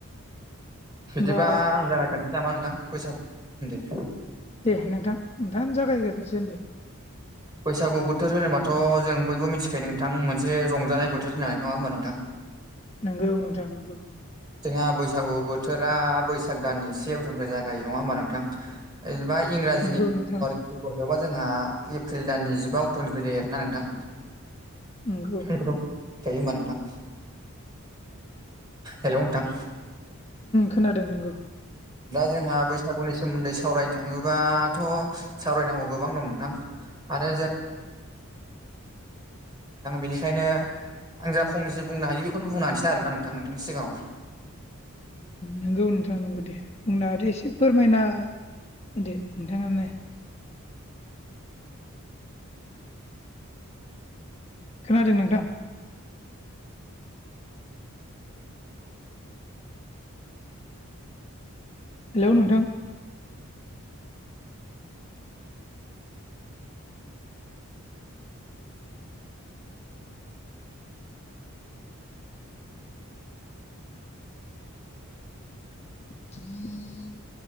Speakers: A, on the right; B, on the left.
A: बिदिबा
B: होमबा
A: आं जागायगोनसै नामा नोंथां बैसागुदै
B: दे नोंथां नोंथाङानो जागायगजोन दे
A: बैसागु बोथोर होनोबाथ' जों बयबो मिथिखायो नोंथां मोनसे रंजानाय बोथोर होननानै नङा होनोमबा नोंथां
B: नंगौ नोंथां नंगौ
A: जोंहा बैसागु बोथोरा बैसाग दाननि से उथ'निफ्राय जागायो नङा होमबा नोंथां जेनेबा इंराजिनि
B: नोंगौ नोंथां
A: हबा जोंहा एप्रिल दाननि जिबा अक्ट'निफ्राय जायो आरोना नोंथां
B: नोंगौ
A: बेख थायो होमबा नोंथां हेलौ नोंथां
B: खोनादों नोंगौ
A: दा जोंहा बैसागुनि सोमोन्दै सावरायनो थाङोबाथ' सावरायनांगौ गोबां दं नोंथां आरो जों बेनिखायनो आं जा फंनैसो बुंनो हायो बेखौनो बुं हनोसै आरोना नोंथां नोंथांनि सिाङाव
B: नंगौ नोंथां नोंगौ दे बुंना दे एसे फोरमायना होदो नोंथाङानो खोनादों नोंथां हेलौ नोंथां <inaudible>